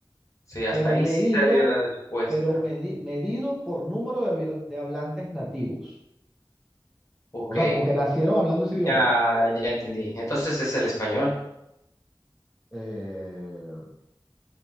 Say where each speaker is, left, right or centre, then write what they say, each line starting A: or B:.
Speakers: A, on the left; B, in the centre.
A: Sí, hasta
B: Pero
A: ahí
B: medido,
A: sí sabía la respuesta.
B: pero medi- medido por número de, habla- de hablantes nativos.
A: Ok,
B: O sea, como que nacieron hablando ese idioma.
A: ya, ya entendí. Entonces es el español.
B: Eh,